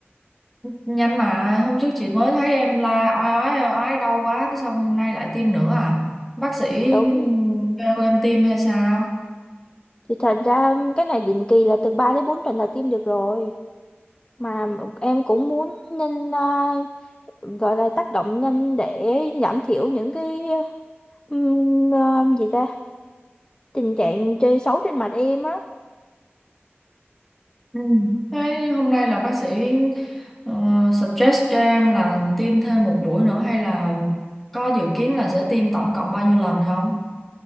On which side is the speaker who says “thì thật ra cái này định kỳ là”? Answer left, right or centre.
Left